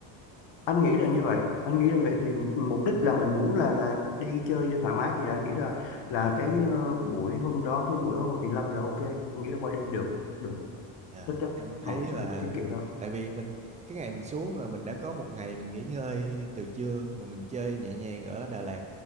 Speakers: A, on the left (about 60°); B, on the right (about 15°).
A: anh nghĩ là như vậy anh nghĩ là vậy thì mục đích là mình muốn là là đi chơi cho thoải mái thì là anh nghĩ là
B: À.
A: là cái ờ, buổi hôm đó cái buổi ở Hồ Tuyền Lâm là ok anh nghĩ là qua đêm được được
B: Dạ,
A: thích đó
B: em thấy
A: mọi người
B: là
A: sẽ thích cái kiểu đó
B: tại vì mình cái ngày mình xuống là mình đã có một ngày mình nghỉ ngơi từ trưa rồi mình chơi nhẹ nhàng ở Đà Lạt